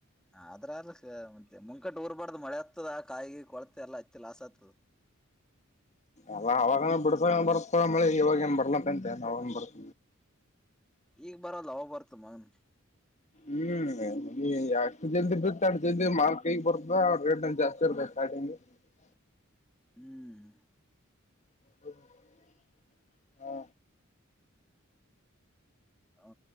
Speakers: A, in the centre; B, on the left.
A: ಆದ್ರ ಅಲ್ ಕ ಮತ್ತೆ ಮುಂಕಟ್ಟ ಊರ್ಬಾರ್ದ್ ಮಳೆ ಹತ್ತದ ಕಾಯಿ ಗಿಯಿ ಕೊಳತೆ ಎಲ್ಲ ಹತ್ತಿ ಲಾಸ್ ಆಯ್ತುದ. <unintelligible>
B: ಎಲ್ಲ ಅವಾಗನ ಬಿಡಸನ ಬರ್ತದ ಮಳಿ ಇವಾಗ ಏನ್ ಬರ್ಬೇಕಂತ್ಯ ಅವಗೆನ್ ಬರ್ತ
A: ಈಗ ಬರಲ್ದ್ ಅವಾಗ್ ಬರ್ತದ ಮಗನ್.
B: ಹ್ಮ್ ನೀ ಎಷ್ಟ ಜಲ್ದಿ ಬಿತ್ತಿ ಅಷ್ಟ ಜಲ್ದಿ ಮಾಲ್ ಕೈಗ್ ಬರ್ತದ ರೇಟ್ ಜಾಸ್ತಿ ಇರ್ತ <unintelligible>
A: ಹ್ಮ್
B: <unintelligible> ಹಾ
A: ಅವ